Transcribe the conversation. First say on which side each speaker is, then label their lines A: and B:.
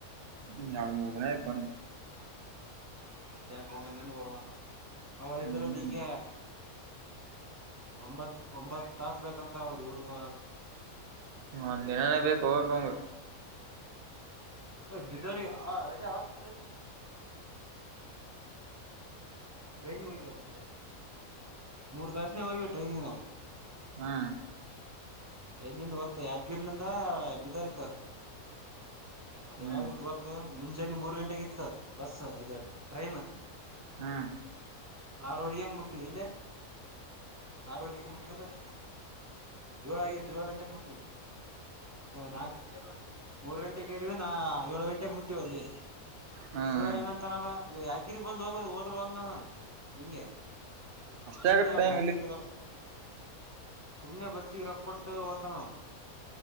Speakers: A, on the right; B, on the right.
A: ಹ್ಮ ಎರ್ಡ ಮೂರ್ ದಿನ ಆಯ್ತ್ ಬಂದು.
B: ಮತ್ತೆ ಯಾಕ್ ಹೋಗಂಗಿಲ್ಲ ಅವಾಗ್ ಇದ್ರಲ್ಲ
A: ಹ್ಮ್
B: ಹಿಂಗೆ. ಒಂಬತ್ ಒಂಬತ್ ತಾಸ್ ಬೇಕಂತ ಅವ್ರ ಹುಡುಗ.
A: ಒಂದ್ ದಿನಾನೇ ಬೇಕು ಹೋಗಕ್ ಅವಂಗ.
B: ಬಿಜೋರಿ ಹ ರಜ <unintelligible> ಟ್ರೈನಿಗ್ ಹೋಗ್ಯಾರ್ ಮುಂದೆ. ಮೂರ್ ಬ್ಯಾಚ್ನಾಗ್ ಹೋಗ್ವಿ ಟ್ರೈನಿಂಗ್ ನಾವು.
A: ಹಾ
B: ಎಲ್ಲಿಂದ ಗತ್ತು ಯಾದ್ಗಿರ್ಲಿಂದ ಬಿದರ್ಕ ಹಾ
A: ಹ್ಮ್
B: ಯಾವಾಗಿತ್ತು ಗೊತ್ತು ಮುಂಜಾನೆ ಮೂರ್ ಗಂಟೆಗ ಇತ್ತು ಬಸ್ ಇ ಟ್ರೈನ್
A: ಹಾ
B: ಆರರೆಗೆ ಅಂಗ್ ಮುಟ್ಟವಿ ಇಲ್ಲ ಆರವರೆಗ ಮುಟ್ಟಿವಲ್ಲ ನಿಗೆ ಏಳ ಆಾಗಿತ್ತು ಏಳು ಗಂಟೆೆಗೆ ಮುಟ್ಟಿವವಿ ಹ ನಾಕ ಗ ಮೂರ್ ಗಂಟೆೆಗೆ ರಿ ನಾ ಏಳ ಗಂಟೆಗೆ ಮುಟ್ಟಿವ ಅಲ್ಲಿ
A: ಹ್ಮ್
B: ಇವ ಹೆಂಗಂತನಲ್ಲ ಇವ ಯಾದಗಿರಿ ಬಂದ್ ಹೋಗೋದು ಹೋದ್ರು ಹಂಗನ ನಿಂಗೆ
A: ಅಷ್ಟೇ
B: ಸುಮ್ನೆ
A: ಆಗತ್ ಟೈಮ್
B: ಬಸ್ಸಿಗ್
A: ಇಲ್ಲಿ
B: ರೊಕ್ ಸುಮ್ನೆ ಬಸ್ಸಿಗೆ ರೊಕ್ಕ ಕೊಟ್ಟು ತ ನ